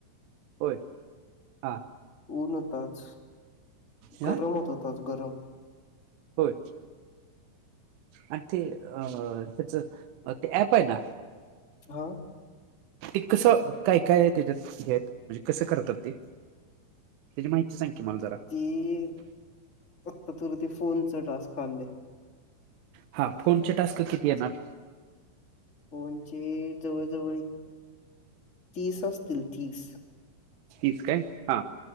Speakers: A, on the right; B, on the left.
A: होय हा
B: ऊन होताच
A: हा
B: गरम होत होताच गरम
A: होय आणि ते अ त्याच ते ऍप आहे ना?
B: हा
A: ते कसं काय काय त्याच्यात हे म्हणजे कसं करतात. ते त्याची माहिती सांग की मला जरा
B: ऊं आता तुला ते फोन च टास्क आलेय.
A: हा, फोनचे टास्क किती येणार?
B: फोन चे जवळजवळ एक तीस असतील, तीस.
A: तीस काय, हा.